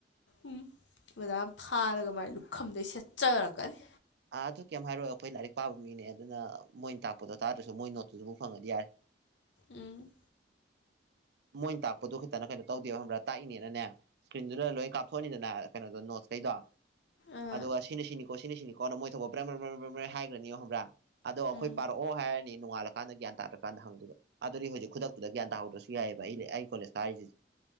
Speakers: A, on the left; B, on the right.
A: ꯎꯝ ꯃꯗꯥꯥ ꯐꯥꯔꯒ ꯃꯥꯏ ꯂꯨꯛ ꯈꯝꯗꯩ ꯁꯦꯠꯆꯔꯛꯀꯅꯤ
B: ꯑꯥ ꯑꯗꯨ ꯀꯩꯝ ꯍꯥꯏꯔꯛꯑꯣ ꯑꯩꯈꯣꯏ ꯂꯥꯏꯔꯤꯛ ꯄꯥꯕ ꯃꯤꯅꯦ ꯑꯗꯨꯅ ꯃꯣꯏꯅ ꯇꯥꯛꯄꯗꯣ ꯇꯥꯗ꯭ꯔꯁꯨ ꯃꯣꯏ ꯅꯣꯠꯇꯨꯗꯕꯨꯥꯎ ꯐꯪꯉꯗꯤ ꯌꯥꯔꯦ
A: ꯎꯝ
B: ꯃꯣꯏꯅ ꯇꯥꯛꯄꯗꯨꯣ ꯈꯤꯇꯅ ꯀꯩꯅꯣ ꯇꯧꯗꯦꯕ ꯈꯕ꯭ꯔꯥ ꯇꯥꯛꯏꯅꯦꯅꯅꯦ ꯏꯁꯀ꯭ꯔꯤꯟꯗꯨꯗ ꯂꯣꯏꯅ ꯀꯥꯞꯊꯣꯛꯑꯅꯤꯗꯅ ꯀꯩꯅꯣꯗꯣ ꯅꯣꯠ ꯀꯩꯗ
A: ꯑꯥ
B: ꯑꯗꯨꯒ ꯁꯤꯅ ꯁꯤꯅꯤꯀꯣ ꯁꯤꯅ ꯁꯤꯅꯤꯀꯣ ꯅ ꯃꯣꯏ ꯊꯧꯕꯄ꯭ꯔ ꯍꯥꯏꯈ꯭ꯔꯅꯤꯣ ꯍꯕ꯭ꯔꯥ ꯑꯗꯣ ꯑꯩꯈꯣꯏ
A: ꯎꯝ
B: ꯄꯔꯛꯑꯣ ꯍꯥꯏꯔꯅꯤ ꯣꯡꯉꯥꯂꯀꯗ ꯒ꯭ꯌꯥꯟ ꯇꯥꯗ꯭ꯔꯀꯥꯟꯗ ꯍꯪꯗꯨꯕ ꯑꯗꯨ ꯍꯧꯖꯤꯛ ꯈꯨꯗꯛꯇꯨꯗ ꯒ꯭ꯌꯥ ꯇꯍꯧꯗ꯭ꯔꯁꯨ ꯌꯥꯏꯑꯕ ꯑꯩꯅꯦ ꯑꯩ ꯀꯣꯂꯦꯖ ꯀꯥꯔꯤꯁꯤꯁꯦ